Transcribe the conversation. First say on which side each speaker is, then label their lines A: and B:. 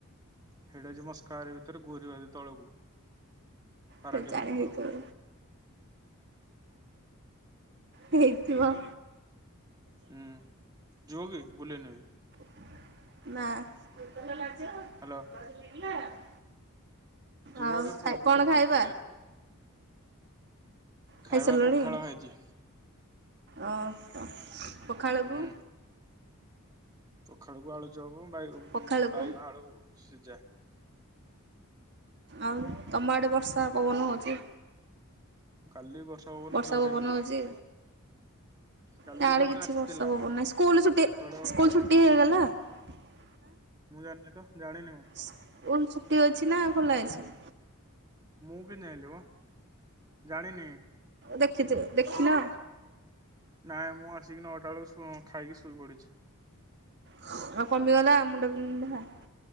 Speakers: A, on the right; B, on the right.
A: ହେଡା ଯୋଉ ମସ୍କହାର ଭିତରେ ଗୋରି ବାରି ତଳକୁ ପାରାଢିବି
B: ସେ ଜାଣି
A: ଉପରକୁ
B: ହୋଇ କର ହେଇଥିବ।
A: ହୁଁ। ଯିବ କି ବୁଲେଇ ନେବି?
B: ନା।
A: ହ୍ୟାଲୋ ଯିବ
B: ଆଉ
A: ବୋଲି
B: ଖାଇ
A: କୁହ ପୋକଶୁଙ୍ଗା
B: କଣ ଖାଇବା
A: ବୁଲେଇ ନେବି?
B: ଖାଇସାରିଲଣି
A: ଖାଇବା ପଖାଳ ଖାଇଛି।
B: ଓହୋ। ପଖାଳକୁ
A: ହୁଁ ପଖାଳକୁ ଆଳୁଚପ, ବାଇ-ବାଇଗଣ
B: ପଖାଳକୁ
A: ଆଳୁ ସିଜା।
B: ଆଉ ତମ ଆଡେ ବର୍ଷା ପବନ ହଉଛି?
A: କାଲି ପବନ
B: ବର୍ଷା
A: ଜୋରେ
B: ପବନ
A: ହେଇଥିଲା
B: ହଉଛି?
A: କାଲି
B: ତା ଆଡ଼େ
A: ଜୋରେ
B: କିଛି
A: ଆସିଥିଲା
B: ବର୍ଷା ପବନ ନାହିଁ। ସ୍କୁଲ ଛୁଟି
A: ଘଡ଼ଘଡ଼ି
B: ସ୍କୁଲ
A: ଫଡ଼ଘଡ଼ି
B: ଛୁଟି ହେଇଗଲା? ହ
A: ମୁଁ ଜାଣିନି ତ? ଜାଣିନି ମୁଁ,
B: ସ୍କୁଲ ଛୁଟି ଅଛି ନା ଖୋଲା ହେଇଛି?
A: ମୁଁ କେମତି ଯାଇଁଲି ମ? ଜାଣିନି।
B: ଦେଖିଥିବେ, ଦେଖିନ?
A: ନାଇଁ ମୁଁ ଆସିକି ନଅଟା ବେଳକୁ ଶୋ ଖାଇକି ଶୋଇପଡିଛି।
B: ତୁମ କମିଗଲା ମୁଣ୍ଡ ବିନ୍ଧା?